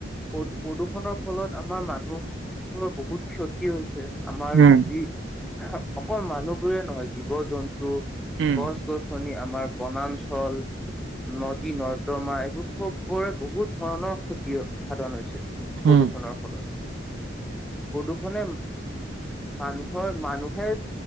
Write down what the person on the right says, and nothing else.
উম
উম
উম